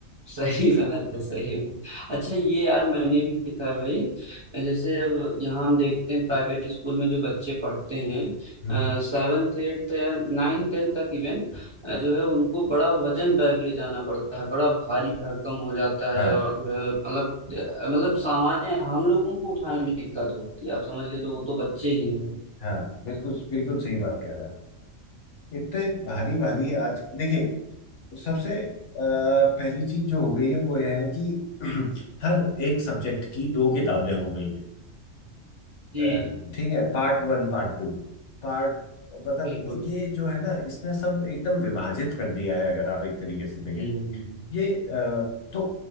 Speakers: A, on the right; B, on the left.
A: सही बात है सही बात अच्छा ये यार मैंने भी देखा है भाई जैसे अब यहाँ हम देखते हैं प्राइवेट स्कूल में जो बच्चे पढ़ते हैं
B: हम्म,
A: सेवन्थ एट्थ तो यार नाइन टेंथ तक इवन जो है उनको बड़ा वजन बैग ले जाना पड़ता है बड़ा भारी भरकम हो जाता है
B: हाँ
A: और जो है मतलब मतलब सामान्य हम लोगों को उठाने में दिक्कत होती है आप समझ ले तो वो तो बच्चे ही हैं
B: हाँ बिल्कुल बिल्कुल सही बात कह रहा है इतने भारी भारी आज देखिए सबसे अ, पहली चीज जो हो गई है वो यह है कि <clears throat> हर एक सब्जेक्ट की दो किताबें हो गई हैं
A: जी
B: अ,
A: जी
B: ठीक है पार्ट वन पार्ट टू पार्ट मतलब
A: बिल्कुल
B: ये जो है ना इसने सब एकदम विभाजित कर दिया है अगर आप एक तरीके से देखें
A: हम्म
B: ये अ, तो